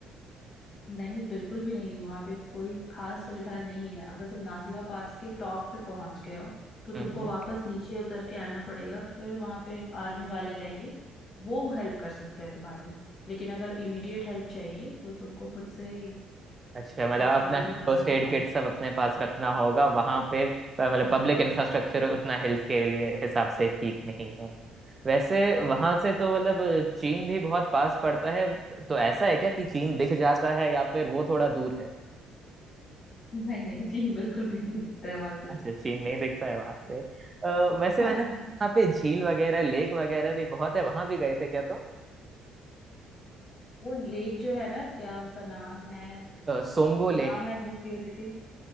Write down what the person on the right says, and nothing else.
हम्म
अच्छा मतलब
अपना
फर्स्ट
एड किट सब अपने पास रखना होगा वहां पे अ, मतलब
पब्लिक
इंफ्रास्ट्रक्चर उतना हेल्थ के लिए हिसाब से ठीक नहीं है वैसे वहां
से तो मतलब अ, चीन भी बहुत पास पड़ता है तो ऐसा है क्या कि चीन दिख जाता है या फिर वो थोड़ा दूर है
अच्छा चीन नहीं दिखता है वहां से अ, वैसे
मैंने सुना
वहाँ पे झील वगैरह लेक वगैरह भी बहुत है वहां भी गए थे क्या तुम
तो? सोमगो
लेक